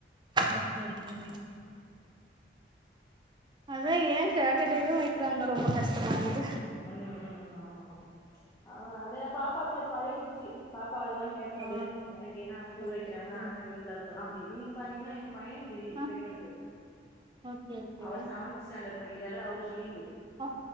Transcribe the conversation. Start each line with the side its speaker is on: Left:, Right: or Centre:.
Right: ஓகே ஓகே அதா ஏ சாட்டர்டேவு வெக்கிறாங்க ரொம்ப கஷ்டமாருக்குது
Left: ம் ம் ஆமா ஆமா ஆ அது எ பாப்பாக்கு அது பழகிடுச்சு பாப்பா அதெல்லா கேக்காது
Right: ஆ
Left: எனக்கு ஏ ஸ்கூல்
Right: ஓகே
Left: வெக்கிறாங்க
Right: ஓகே
Left: அண்ணே வீட்ல இருக்கா அப்டி இன்னக்கி பாத்தீங்கன்னா எங்க பையனுக்கு லீவு
Right: ஆ
Left: பெரியவனுக்கு
Right: ஓகே ஓகே
Left: அவர் செவன்த் ஸ்டாண்டர்ட் படிக்கிறாரு அவருக்கு லீவு
Right: ஆ